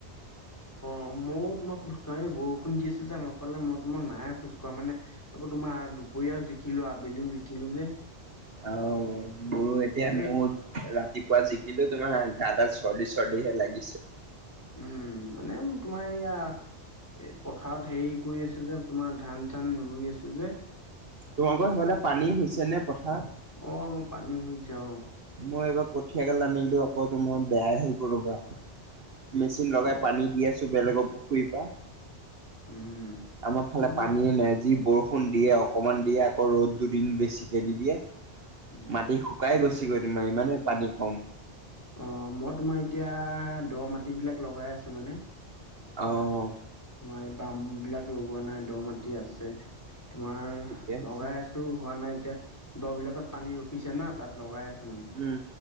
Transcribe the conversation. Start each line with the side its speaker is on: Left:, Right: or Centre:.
Right: <inaudible>
Left: অ, ময়ও তোমাক খোজ কাঢ়ি এই বৰষুণ দি আছে যে আমাৰ ফালে মই তোমাৰ নাই খোজ কঢ়া মানে আকৌ তোমাৰ দুপৰীয়াও জিকিলোঁ আবেলিওঁ জিকিলোঁ যে।
Right: আও মোৰো এতিয়া
Left: মানে
Right: মোড ৰাতিপুৱা জিকিলোঁ তোমাৰ গাডাল চৰ্দি- চৰ্দিহে লাগিছে।
Left: উম, মানে তোমাৰ এয়া এই পথাৰত হেৰি কৰি আছো যে তোমাৰ ধান- চান ৰুই আছো যে
Right: তোমালোকৰ সেইফালে পানী হৈছে নে পথাৰ?
Left: অ, মই পানী হুইচে অ,
Right: মই এইবাৰ কঠিয়া এগাল আনিলো আকৌ তোমাৰ বেয়াই হৈ গল ৰবা। মেচিন লগাই
Left: অ
Right: পানী দি আছো বেলেগৰ পুখুৰীৰ পা।
Left: উম
Right: আমাৰ ফালে
Left: মোৰ তোমাৰ
Right: পানীয়ে নাই যি বৰ ষুণ দিয়ে অকমান দিয়ে আকৌ ৰ'দ দুদিন বেছিকে দি দিয়ে
Left: উম
Right: মাটি শুকাই গৈছে। কি কয় তোমাৰ ইমানে
Left: উম
Right: পানী কম।
Left: অ, মই তোমাৰ এতিয়া দ' মাটিবিলাক লগাই আছো মানে।
Right: অ',
Left: তোমাৰ এই বামবিলাক লগোৱা নাই দ' মাটি আছে তোমাৰ
Right: ঠিকে আছে
Left: লগাই আছ টো হোৱা নাই এতিয়া দ' বিলাকত পানী ৰখিছে না তাত লগাই আছো মানে।
Right: উম,